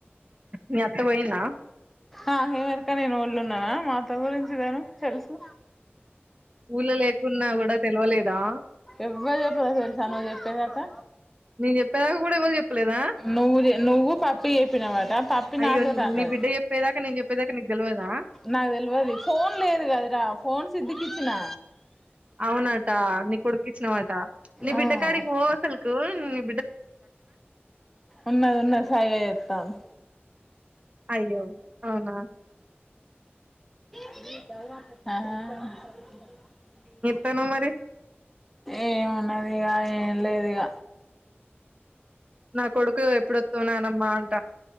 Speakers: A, on the right; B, in the centre.
A: మీ అత్త పోయిందా
B: ఆహ్ ఏం ఎరుక నేనోళ్ళున్నానా మా అత్త గురించి దేను తెలుసు
A: ఊల లేకున్నా కూడా తెల్వలేదా
B: ఎవ్వలూ చెప్పలే తెలుసా నువ్వు చెప్పేదాకా
A: నేను చెప్పేదాకా కూడా ఎవరు చెప్పలేదా
B: నువ్వు చె నువ్వు పప్పి చెప్పినవ్ అట పప్పి
A: అయ్యో
B: నాతోటి అన్నది
A: నీ బిడ్డ చెప్పేదాకా నేను చెప్పేదాకా నీకు తెలవదా
B: నాకు తెల్వది ఫోన్ లేదు కదురా ఫోన్ సిద్ధికిచ్చినా
A: అవునట నీ కొడుక్కిచ్చినవా నీ
B: ఆ
A: బిడ్డ కాడికి పో అసలు కు ని
B: ఉన్నది ఉన్నది సైగ చేత్తాన్
A: అయ్యో అవునా
B: ఆహ్
A: తనావు మరి
B: ఏమున్నది ఇగ ఏం లేదు ఇగ
A: నా కొడుకు ఎప్పుడో తోనా నాకు మాట